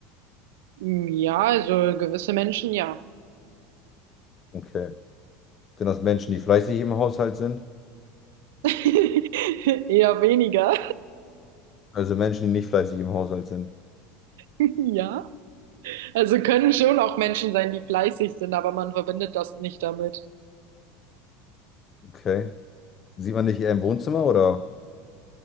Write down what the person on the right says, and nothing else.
Hm, Ja, also gewisse Menschen ja.
<laughs> Eher weniger.
<laughs> Ja. Also können schon auch Menschen sein, die fleißig sind, aber man verbindet das nicht damit.